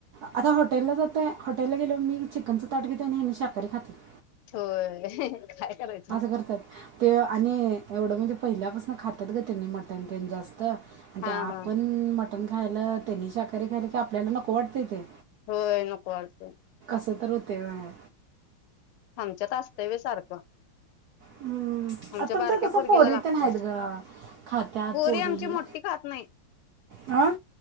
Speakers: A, on the right; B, on the left.
A: आता हॉटेलला जातोय हॉटेलला गेल्यावर मी चिकनचं ताट घेतोय आणि हेनी शाकारी खात्यात
B: होय काय करायचं
A: करतात ते आणि एवढं म्हणजे पहिल्यापासून खातात ग त्यांनी मट न तेन जास्त आणि
B: हा
A: ते आपण
B: हा
A: मटन रायलं त्यांनी शाकारी खायला की, आपल्याला नको वाटते ते
B: होय नको वाडतंय
A: असं तर होतय, होय
B: आमच्यात असतंय व्हय सारखं
A: हम्म.
B: आमच्या
A: आता तुमच्या
B: बारक्या
A: कसं
B: पोरगीला
A: पोरी
B: लागतंय,
A: ते नाहीत गं खात्यात
B: पोरी आमची
A: ही
B: मोठी खात नाही
A: हां